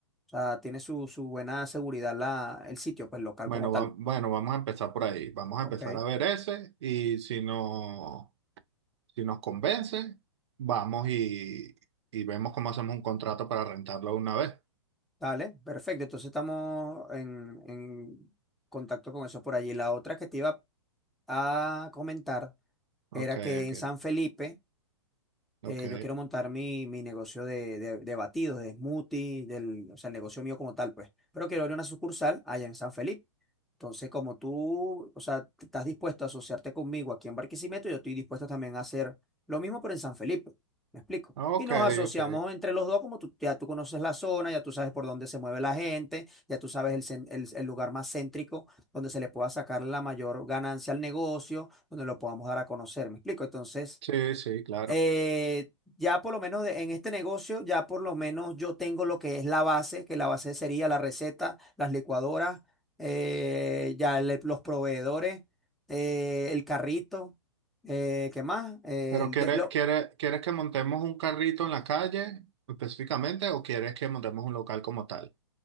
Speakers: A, in the centre; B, on the right (about 60°).
A: sea, tiene su, su buena seguridad la, el sitio, pues local
B: Bueno,
A: como tal.
B: va- bueno, vamos a empezar por ahí. Vamos
A: Ok,
B: a empezar a ver ese y si no, si nos convence, vamos y, y vemos cómo hacemos un contrato para rentarlo una vez.
A: dale, perfecto. Entonces estamos en, en contacto con eso por allí. La otra que te iba a comentar
B: Ok,
A: era que
B: ok,
A: en San Felipe
B: ok,
A: eh, yo quiero montar mi, mi negocio de, de- de batidos, de smoothies, del, o sea, el negocio mío como tal, pues. Pero quiero abrir una sucursal allá en San Felipe. Entonces, como tú, o sea, te- estás dispuesto a asociarte conmigo aquí en Barquisimeto, yo estoy dispuesto también a hacer lo mismo, pero en San Felipe. ¿Me explico?
B: ok,
A: Y nos asociamos
B: ok.
A: entre los dos, como tú, ya tú conoces la zona, ya tú sabes por dónde se mueve la gente, ya tú sabes el, cen- el el lugar más céntrico donde se le pueda sacar la mayor ganancia al negocio, donde lo podamos dar a conocer. ¿Me explico? Entonces
B: Sí, sí, claro.
A: eh, ya por lo menos de- en este negocio, ya por lo menos yo tengo lo que es la base, que la base sería la receta, las licuadoras, eh, ya le- los proveedores, eh, el carrito, eh, ¿qué más? El
B: Pero ¿quieres,
A: de- lo-
B: quieres, quieres que montemos un carrito en la calle específicamente o quieres que montemos un local como tal?